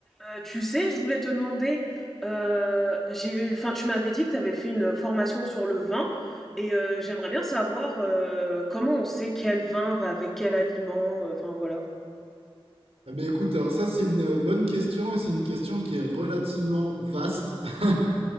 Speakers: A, in the centre; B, on the right.
A: Euh, tu sais, je voulais te demander, euh, j'ai, enfin, tu m'avais dit que tu avais fait une formation sur le vin et euh, j'aimerais bien savoir euh, comment on sait quel vin va avec quel aliment, euh, enfin voilà.
B: Eh ben, écoute, alors ça c'est une bonne question et c'est une question qui est relativement vaste. <laughs>